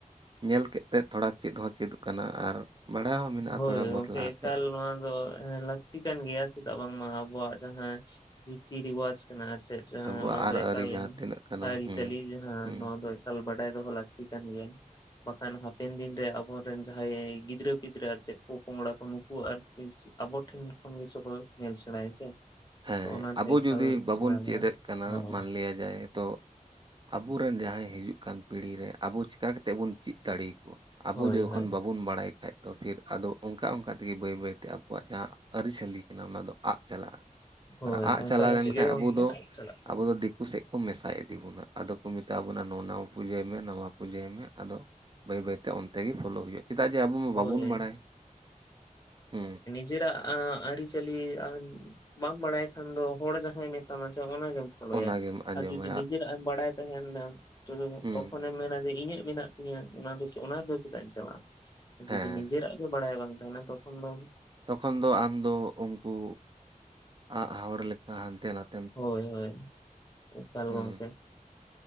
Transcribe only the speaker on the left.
ᱦᱳᱭ
ᱜᱚᱝᱠᱮ
ᱮᱠᱟᱞ
ᱱᱚᱣᱟ ᱫᱚ ᱞᱟ. ᱠ ᱛᱤ ᱠᱟᱱ ᱜᱮᱭᱟ ᱪᱮᱫᱟᱜ ᱵᱟᱝᱢᱟ ᱟᱵᱚᱣᱟᱜ ᱡᱟᱦᱟᱸ ᱨᱤᱛᱤ ᱨᱮᱣᱟᱡ ᱠᱟᱱᱟ ᱟᱨ ᱪᱮᱫ
ᱚᱱᱟ
ᱫᱚ ᱮᱠᱟᱞ
ᱟᱹᱨᱤᱪᱟᱹᱞᱤ
ᱡᱟᱦᱟᱸ
ᱱᱚᱣᱟ ᱫᱚ᱾ ᱵᱟᱰᱟᱭ ᱫᱚᱦᱚ ᱞᱟᱹᱠᱛᱤ ᱠᱟᱱ ᱜᱮᱭᱟ ᱵᱟᱝᱠᱷᱟᱱ ᱦᱟᱯᱮᱱ ᱫᱤᱱ ᱨᱮ ᱟᱵᱚᱨᱮᱱ ᱡᱟᱦᱟᱸᱭ ᱜᱤᱫᱽᱨᱟᱹ ᱜᱤᱫᱽᱨᱟᱹ ᱟᱨ ᱪᱮᱫ ᱯᱚᱯᱚᱝᱲᱟ ᱠᱚ ᱱᱩᱠᱩ ᱟᱨᱠᱤ ᱟᱵᱚ ᱴᱷᱮᱱ ᱠᱷᱚᱱ ᱜᱮ ᱥᱮ ᱠᱚ ᱧᱮᱞ ᱥᱮᱬᱟᱭᱟ ᱥᱮ
ᱛᱚ ᱚᱱᱟᱛᱮ
ᱮᱠᱟᱞ
ᱥᱟᱱᱟᱢᱟ
ᱦᱳᱭ
ᱦᱳᱭ
ᱦᱳᱭ
ᱦᱳᱭ
ᱚᱱᱠᱟ
ᱠᱟᱛᱮᱜ
ᱜᱮ ᱜᱚᱝᱠᱮ
ᱪᱟᱞᱟᱜ ᱠᱟᱱᱟ
ᱦᱳᱭ
ᱱᱤᱡᱮ ᱨᱟᱜ ᱟᱹᱨᱤᱪᱟᱞᱤ ᱵᱟ ᱵᱟᱲᱟᱭ ᱠᱷᱟᱱ ᱫᱚ ᱦᱚᱲ ᱡᱟᱦᱟᱸᱭ ᱢᱮᱛᱟᱢᱟ ᱥᱮ ᱚᱱᱟᱜᱮᱢ ᱯᱷᱚᱞᱳᱭᱟ
ᱟᱨ ᱡᱩᱫᱤ ᱱᱤᱡᱮᱨᱟᱜ ᱮᱢ ᱵᱟᱲᱟᱭ ᱛᱟᱦᱮᱱᱟ ᱛᱚ
ᱛᱚᱠᱷᱚᱱᱮᱢ ᱢᱮᱱᱟ ᱡᱮ ᱤᱧᱟᱹᱜ ᱢᱮᱱᱟᱜ ᱤᱧᱟᱜ ᱚᱱᱟ ᱫᱚ ᱚᱱᱟ ᱫᱚ ᱪᱮᱫᱟᱜ ᱮᱢ ᱪᱟᱞᱟᱜᱼᱟ
ᱡᱩᱫᱤ ᱱᱤᱡᱮᱨᱟᱜ ᱜᱮ ᱵᱟᱲᱟᱭ ᱵᱟᱝ ᱛᱟᱦᱮᱱᱟ ᱛᱚᱠᱷᱚᱱ ᱫᱚ
ᱦᱳᱭ ᱦᱳᱭ ᱮᱠᱟᱞ
ᱜᱚᱝᱠᱮ